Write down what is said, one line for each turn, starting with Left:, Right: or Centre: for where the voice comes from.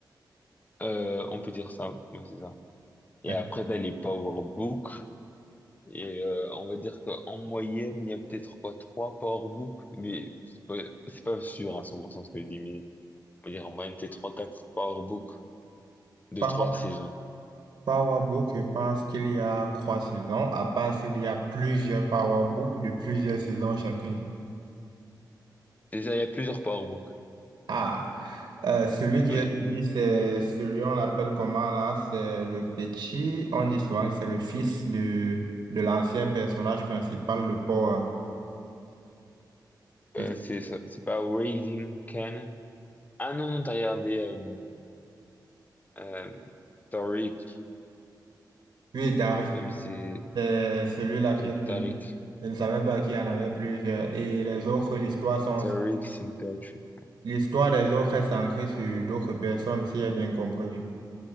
Left: Euh, on peut dire ça, ouais, c'est ça. Et
Right: Euh,
Left: après, t'as les power books. Et euh, on va dire qu'en moyenne, il y a peut-être quoi, trois power books. Mais c'est pas, c'est pas sûr à 100% ce que je dis, mais on va dire en moyenne, peut-être trois, quatre power books de
Right: Power
Left: trois saisons.
Right: Power Book, je pense qu'il y a trois saisons, à part s'il y a plusieurs Power Book de plusieurs saisons chacune.
Left: Déjà, il y a plusieurs power books.
Right: Ah, euh, celui qui
Left: Oui.
Right: est suivi, c'est celui, on l'appelle comment là? C'est le petit, on dit souvent que c'est le fils de, de l'ancien personnage principal de Power.
Left: Euh,
Right: Et-
Left: c'est ça- c'est pas Raising Can. Ah non, non, t'as regardé euh, euh, Tariq,
Right: Oui, Dari.
Left: euh, mais c'est
Right: C'est celui-là qui
Left: euh,
Right: est
Left: Tariq,
Right: suivi. Je ne savais pas qu'il y en avait plusieurs. Et les autres, l'histoire sont...
Left: Tariq St. Patrick.
Right: L'histoire des autres est centrée sur d'autres personnes, si j'ai bien compris.